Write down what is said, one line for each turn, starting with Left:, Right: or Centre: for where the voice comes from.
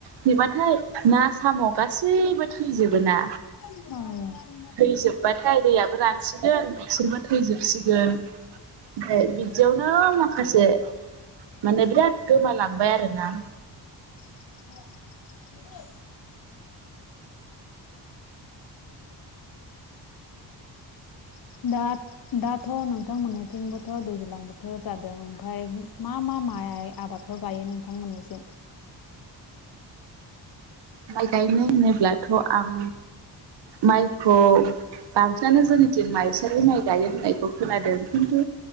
Right: थेबाथाय ना साम' गासैबो थैजोबो ना
Left: औ
Right: थैजोबबाथाय दैयाबो रानसिगोन बिसोरबो थैजोबसिगोन ओमफ्राय बिदियावनो माखासे माने बिराद गोमालांबाय आरोना
Left: <unintelligible> <unintelligible> दाथ' नोंथांमोनथिंबोथ' दैज्लां बोथोर जादों ओमफ्राय मा मा माइ आबाद औ गायो नोंथां मोननैसिम
Right: माइ गायनो होनोब्लाथ' आं माइखौ बांसिनानो जोंनिथिन माइसालि माइ गायो होननायखौ खोनादों खिन्थु